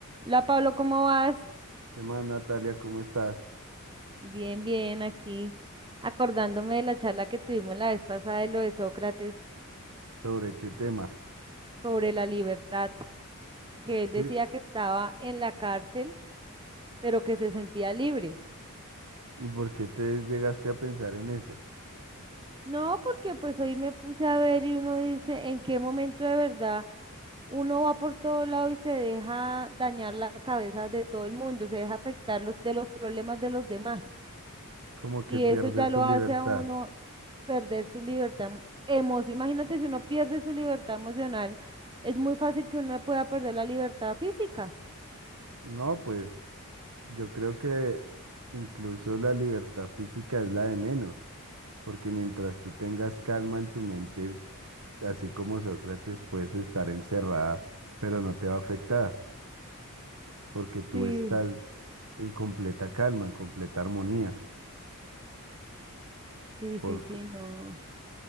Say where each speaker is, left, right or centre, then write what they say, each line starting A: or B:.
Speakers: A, on the right; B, on the right.
A: Hola Pablo, ¿cómo vas?
B: ¿Qué más, Natalia? ¿Cómo estás?
A: Bien, bien, aquí acordándome de la charla que tuvimos la vez pasada de lo de Sócrates
B: ¿Sobre qué tema?
A: sobre la libertad, que él decía
B: Sí,
A: que estaba en la cárcel, pero que se sentía libre.
B: ¿Y por qué te llegaste a pensar en eso?
A: No, porque pues hoy me puse a ver y uno dice, ¿en qué momento de verdad uno va por todo lado y se deja dañar la cabeza de todo el mundo, se deja afectar los, de los problemas de los demás?
B: Como que
A: Y
B: pierdes
A: eso ya lo
B: su libertad.
A: hace a uno perder su libertad emocional. Imagínate si uno pierde su libertad emocional, es muy fácil que uno pueda perder la libertad física.
B: No, pues yo creo que incluso la libertad física es la de menos, porque mientras tú tengas calma en tu mente, así como Sócrates, puedes estar encerrada, pero no te va a afectar, porque tú
A: Sí,
B: estás en completa calma, en completa armonía.
A: sí,
B: Porque
A: sí, sí, no.